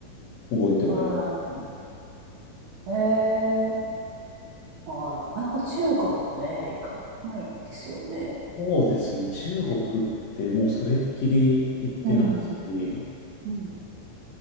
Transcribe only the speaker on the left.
覚えてはいますね。
そうですね、
中国ってもうそれっきり行ってないし、